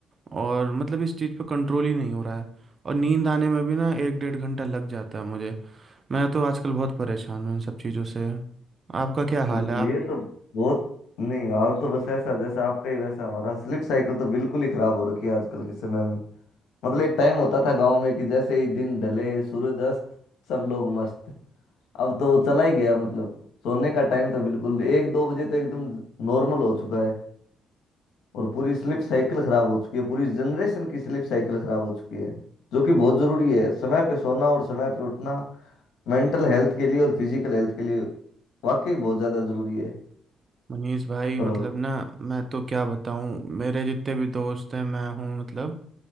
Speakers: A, on the right; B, on the left.
A: और मतलब इस चीज़ पे कंट्रोल ही नहीं हो रहा है और नींद आने में भी ना एक डेढ़ घंटा लग जाता है मुझे मैं तो आजकल बहुत परेशान हूँ इन सब चीज़ों से आपका क्या हाल
B: बिल्कुल
A: है आप
B: ये तो बहुत नहीं हाल तो बस ऐसा जैसा आपका ही वैसा हमारा स्लिप साइकिल तो बिल्कुल ही खराब हो रखी है आजकल के समय में मतलब एक टाइम होता था गांव में कि जैसे ही दिन ढले सूरज अस्त सब लोग मस्त अब तो वो चला ही गया मतलब सोने का टाइम तो बिल्कुल एक दो बजे तो एकदम नॉर्मल हो चुका है और पूरी स्लिप साइकिल खराब हो चुकी है पूरी जनरेशन की स्लिप साइकिल खराब हो चुकी है जो कि बहुत जरूरी है समय पे सोना और समय पे उठना मेंटल हेल्थ के लिए और फिजिकल हेल्थ के लिए वाकई बहुत ज्यादा जरूरी है
A: मनीष भाई
B: पर
A: मतलब ना मैं तो क्या बताऊँ मेरे जितने भी दोस्त हैं मैं हूँ मतलब